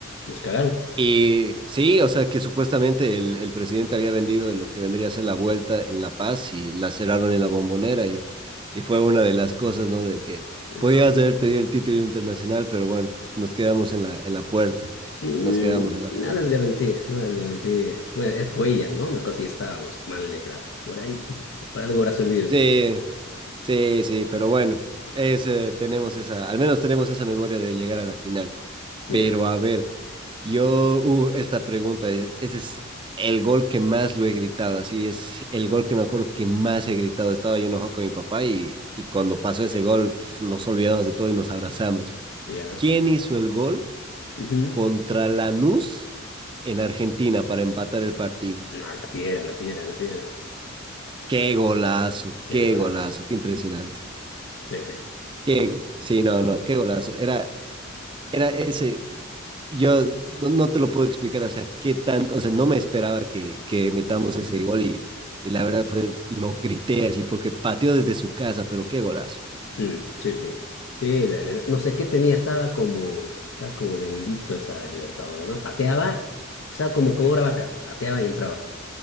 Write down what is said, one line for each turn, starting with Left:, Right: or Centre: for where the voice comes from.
Left: ¿Nos cagaron?
Right: Y sí, o sea, que supuestamente el, el presidente había vendido lo que vendría a ser la vuelta en La Paz y la cerraron en la Bombonera y, y fue una de las cosas, ¿no? De que
Left: No.
Right: podías haber tenido el título internacional, pero bueno, nos quedamos en la, en la puerta,
Left: Mm,
Right: nos quedamos en la
Left: Nada
Right: puerta.
Left: es garantía, nada es garantía. Bueno, era Cuellar, ¿no? Me acuerdo si estábamos mal de plata. Por ahí, para algo habrá servido.
Right: Sí, Sí, sí, pero bueno, es, eh, tenemos esa, al menos tenemos esa memoria de llegar a la final.
Left: Ya,
Right: Pero a ver, yo, uh, esta pregunta es, ese es el gol que más lo he gritado, así es el gol que me acuerdo que más he gritado. Estaba yo enojado con mi papá y, y cuando pasó ese gol pf, nos olvidamos de todo y nos abrazamos.
Left: ya.
Right: ¿Quién hizo el gol
Left: Ujú.
Right: contra Lanús en Argentina para empatar el partido?
Left: No, la fiera, la fiera, la fiera.
Right: Qué golazo,
Left: Qué
Right: qué
Left: golazo.
Right: golazo, qué impresionante.
Left: Sí, sí.
Right: Qué, sí, no, no, qué golazo. Era, era ese. Yo no, no te lo puedo explicar, o sea, qué tanto, o sea, no me esperaba que, que metamos ese gol y, y la verdad fue, lo grité así porque pateó desde su casa, pero qué golazo.
Left: Mm, sí, sí. Sí, la- la- no sé qué tenía, estaba como, estaba como bendito esa Libertadores, ¿no? Pateaba, estaba como, como una vaca, pateaba y entraba.